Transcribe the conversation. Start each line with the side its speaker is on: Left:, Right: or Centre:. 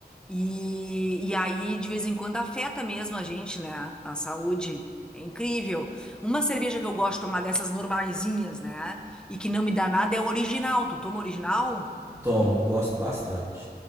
Centre: E, e aí, de vez em quando, afeta mesmo a gente, né? A saúde. É incrível. Uma cerveja que eu gosto de tomar dessas normaisinhas, né? E que não me dá nada é o original. Tu toma original?
Right: Tomo, gosto bastante.